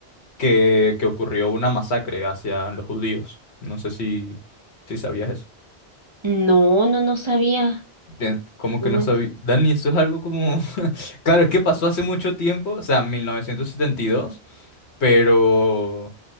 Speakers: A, on the left; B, on the right.
A: que, que ocurrió una masacre hacia los judíos. No sé si, si sabías eso.
B: no, no, no sabía.
A: De- Como
B: No
A: que
B: manches.
A: no sabía. Dani, eso es algo como... <laughs> Claro, es que pasó hace mucho tiempo, o sea, 1972. pero